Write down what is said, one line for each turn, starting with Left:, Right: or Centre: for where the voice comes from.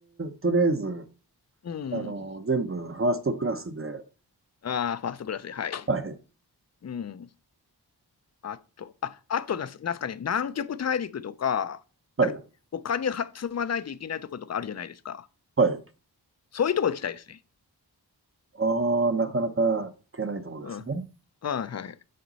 Right: とりあえず
Left: うん。
Right: あの、全部ファーストクラスで、
Left: ああ、ファーストクラスで、はい。
Right: はい、
Left: うん。あと、あ、あとなんす、なんすかね、南極大陸とか、
Right: はい、
Left: なんかお金は積まないといけないところとかあるじゃないですか。
Right: はい。
Left: そういうとこ行きたいですね。
Right: ああ、なかなかいけないところですね。
Left: うん。はいはい。